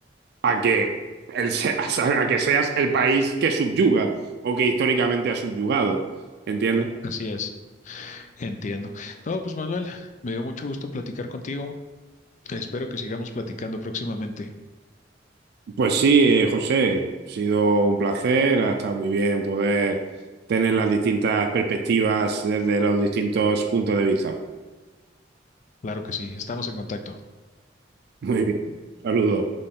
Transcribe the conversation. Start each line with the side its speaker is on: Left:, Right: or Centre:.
Right: a que, el, se- <laughs> a que seas el país que subyuga o que históricamente ha subyugado, ¿entiendes?
Left: Así es, entiendo. No, pues Manuel, me dio mucho gusto platicar contigo. Espero que sigamos platicando próximamente.
Right: Pues sí, eh, José, ha sido un placer, ha estado muy bien poder tener las distintas perspectivas desde los distintos puntos de vista.
Left: Claro que sí, estamos en contacto.
Right: Muy bien, saludos.